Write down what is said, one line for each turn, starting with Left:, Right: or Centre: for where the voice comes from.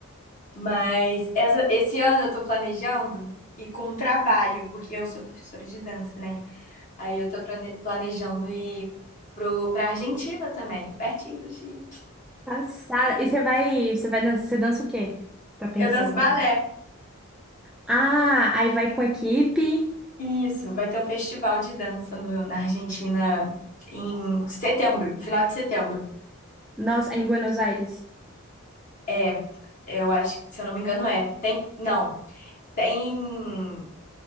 Left: Mas essa- esse ano eu tô planejando ir com o trabalho, porque eu sou professora de dança, né? Aí eu tô plane- planejando ir pro, pra Argentina também, pertinho do Chile.
Centre: Passada. E você vai, você vai dançar, você dança o quê? Tá pensando?
Left: Eu danço balé.
Centre: Ah, aí vai com a equipe.
Left: Isso, vai ter um festival de dança no- na Argentina em setembro, final de setembro.
Centre: Nossa, é em Buenos Aires.
Left: É, eu acho que, se eu não me engano, é. Tem, não, tem.